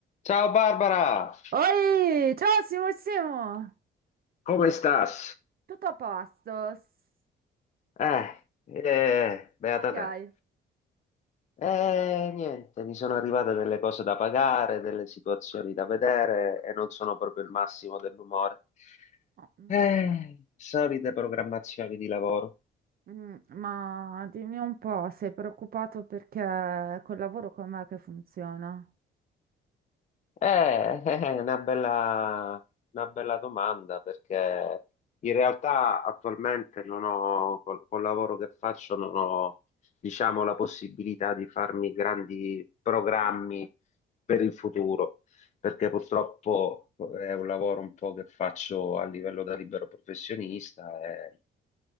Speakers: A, on the left; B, on the right.
A: Ciao Barbara,
B: Oi, ciao Simo Simo,
A: Come stas?
B: tutto a posto? <laughs> S-
A: Eh, eh, beata
B: Cosa che
A: te.
B: hai?
A: Eh, niente, mi sono arrivate delle cose da pagare, delle situazioni da vedere e non sono proprio il massimo dell'umore.
B: Oh, mm,
A: Eh,
B: sp-
A: solite programmazioni di lavoro.
B: mm, ma dimmi un po', sei preoccupato perché col lavoro com'è che funziona?
A: Eh, <laughs> è una bella, una bella domanda perché in realtà attualmente non ho, col, col lavoro che faccio, non ho, diciamo, la possibilità di farmi grandi programmi per il futuro, perché purtroppo eh, è un lavoro un po' che faccio a livello da libero professionista e,